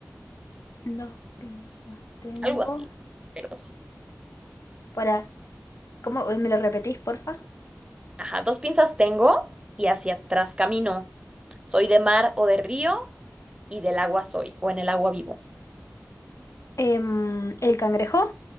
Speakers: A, on the left; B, on the right.
A: dos pinzas tengo.
B: Algo así, pero sí.
A: Para, ¿cómo me lo repetís, porfa?
B: Ajá, dos pinzas tengo y hacia atrás camino. Soy de mar o de río y del agua soy, o en el agua vivo.
A: Em, el cangrejo.